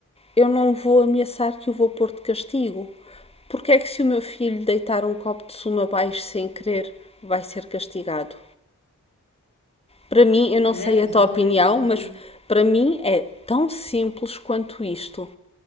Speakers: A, on the left; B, on the left.
A: eu não vou ameaçar que o vou pôr de castigo. Porque é que se o meu filho deitar um copo de sumo abaixo sem querer, vai ser castigado? Para mim, eu não
B: Pois
A: sei
B: é,
A: a
B: exatamente,
A: tua opinião,
B: exatamente.
A: mas para mim é tão simples quanto isto.